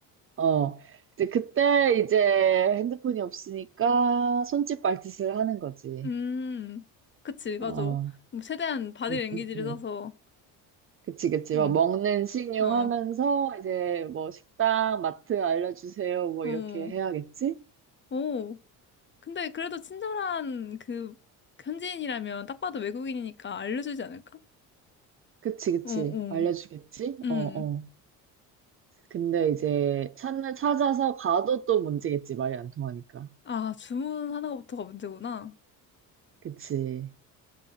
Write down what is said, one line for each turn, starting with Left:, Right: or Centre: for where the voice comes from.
Right: 어. 이제 그때 이제 핸드폰이 없으니까 손짓 발짓을 하는 거지.
Left: 음. 그치, 맞아.
Right: 어.
Left: 뭐 최대한 바디
Right: 응,
Left: 랭귀지를
Right: 응, 응.
Left: 써서.
Right: 그치, 그치.
Left: 음,
Right: 막 먹는 식용
Left: 어,
Right: 하면서 이제 뭐 식당, 마트 알려주세요. 뭐
Left: 어,
Right: 이렇게 해야겠지?
Left: 오. 근데 그래도 친절한 그 현지인이라면 딱 봐도 외국인이니까 알려주지 않을까?
Right: 그치, 그치.
Left: 어, 어.
Right: 알려주겠지?
Left: 음.
Right: 어, 어. 근데 이제 찾는, 찾아서 가도 또 문제겠지. 말이 안 통하니까.
Left: 아, 주문하는 것부터가 문제구나.
Right: 그치.